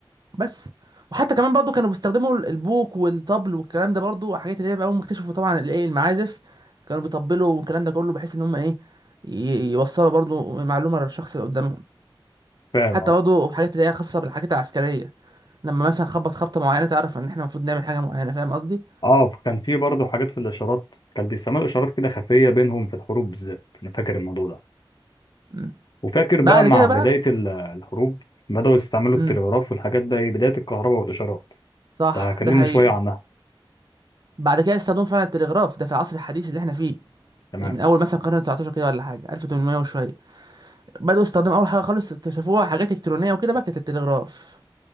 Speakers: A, on the right; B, on the left.
A: بس وحتى كمان برضو كانوا بيستخدموا البوق والطبل والكلام ده برضو حاجات اللي هي بقى هم اكتشفوا طبعا الايه المعازف كانوا بيطبلوا والكلام ده كله بحيث ان هم ايه ي- يوصلوا برضو معلومه للشخص اللي قدامهم
B: فاهم
A: حتى
B: اه
A: برضو حاجات اللي هي خاصه بالحاجات العسكريه لما مثلا خبط خبطه معينه تعرف ان احنا المفروض نعمل حاجه معينه فاهم قصدي
B: اه كان في برضه حاجات في الاشارات كان بيستعملوا اشارات كده خفيه بينهم في الحروب بالذات انا فاكر الموضوع ده
A: مم.
B: وفاكر
A: بعد
B: بقى مع
A: كده
B: بدايه
A: بقى
B: ال- الحروب بداوا يستعملوا
A: امم
B: التلغراف والحاجات ده بدايه الكهرباء والاشارات
A: صح
B: فكلمني
A: ده حقيقي
B: شويه عنها
A: بعد كده استخدموا فعلا التلغراف ده في العصر الحديث اللي احنا فيه
B: تمام
A: يعني من اول مثلا القرن 19 كده ولا حاجه 1800 وشويه بداوا استخدموا اول حاجه خالص اكتشفوها حاجات الكترونيه وكده بقى كانت التلغراف